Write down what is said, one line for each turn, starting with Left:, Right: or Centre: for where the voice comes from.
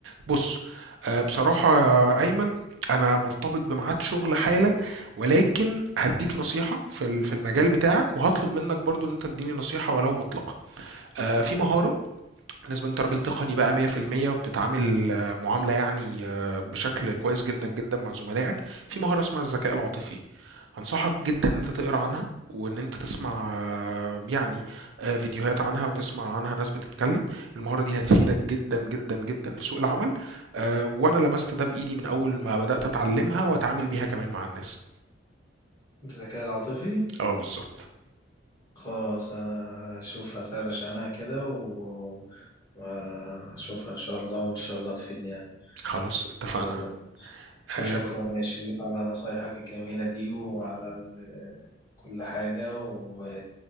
Right: بص آه، بصراحة يا ايمن انا مرتبط بميعاد شغل حالا ولكن هديك نصيحة في ال- في المجال بتاعك وهطلب منك برضو ان انت تديني نصيحة ولو مطلقة آه، في مهارة بالنسبة انت راجل تقني بقى 100% وبتتعامل آه، معاملة يعني آه، بشكل كويس جدا جدا مع زملائك في مهارة اسمها الذكاء العاطفي هنصحك جدا ان انت تقرا عنها وان انت تسمع آه، يعني آه، فيديوهات عنها وتسمع عنها ناس بتتكلم المهارة دي هتفيدك جدا جدا جدا في سوق العمل آه، وانا لمست ده بايدي من اول ما بدأت اتعلمها واتعامل بيها كمان مع الناس
Left: الذكاء العاطفي
Right: اه بالظبط
Left: خلاص أنا هشوف هسرش عنها كده و- وهشوفها إن شاء الله وإن شاء الله تفيدني يعني
Right: خلاص اتفقنا
Left: و- وشكرا
Right: آه،
Left: يا شريف على نصايحك الجميلة دي وعلى كل حاجة و...